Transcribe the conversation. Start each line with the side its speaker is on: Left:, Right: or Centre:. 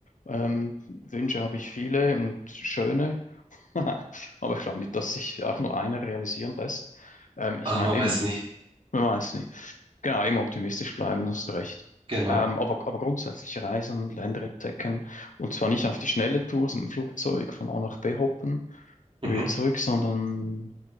Left: Ähm, Wünsche habe ich viele und schöne. <laughs> Aber ich glaube nicht, dass sich auch nur einer realisieren lässt. Ähm, ich
Right: Ach,
Left: meine
Right: man
Left: eben,
Right: weiß nicht.
Left: Man weiß nie. Genau, immer optimistisch bleiben, hast du recht.
Right: Genau.
Left: Ähm, aber, aber grundsätzlich reisen, Länder entdecken und zwar nicht auf die schnelle Tour, so mit dem Flugzeug von A nach B hoppen
Right: Mhm.
Left: und wieder zurück, sondern,